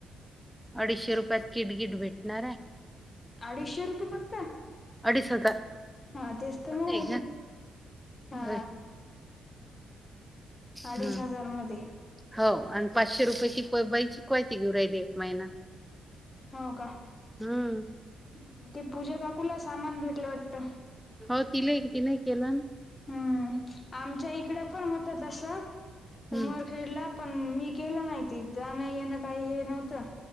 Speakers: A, in the centre; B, on the left (about 40°).
A: अडीचशे रुपयात किट गिट भेटणार आहे.
B: अडीचशे रुपये फक्त.
A: अडीच हजार.
B: हा तेच तर
A: आहे
B: म्हणायले
A: का
B: हा.
A: होय.
B: अडीच
A: हम्म.
B: हजार मध्ये.
A: हो आणि पाचशे रुपयेची प बाई शिकवायची घेऊ राहिली एक महिना.
B: हाव का हं
A: हम्म
B: ते पूजा काकूला सामान भेटलं वाटत.
A: हो तिलाय तिन नाही केलन.
B: हम्म आमच्या इकडं पण होतं तस उमरखेडला.
A: हम्म
B: पण मी केलं नाही ते जान येन काही हे नव्हतं